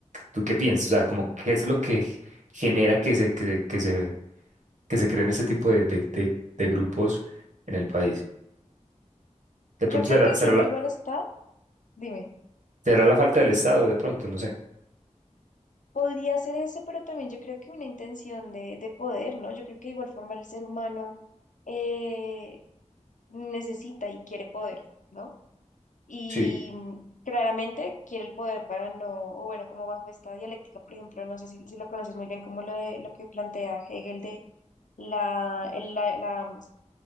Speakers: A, on the right; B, on the left.
A: ¿tú qué piensas? O sea, como qué es lo que genera que se, que se, que se, que se creen este tipo de, de, de- de grupos en el país. De pronto
B: Yo creo
A: será,
B: que
A: será
B: siempre
A: la,
B: igual está, dime,
A: será la falta del Estado, de pronto, no sé.
B: podría ser eso, pero también yo creo que una intención de, de poder, ¿no? Yo creo que de igual forma el ser humano eh, necesita y quiere poder, ¿no? Y
A: Sí,
B: mm, claramente quiere el poder para no, o bueno, como bajo esta dialéctica, por ejemplo, no sé si, si lo conoces muy bien, como lo de lo que plantea Hegel de la, el- la, la,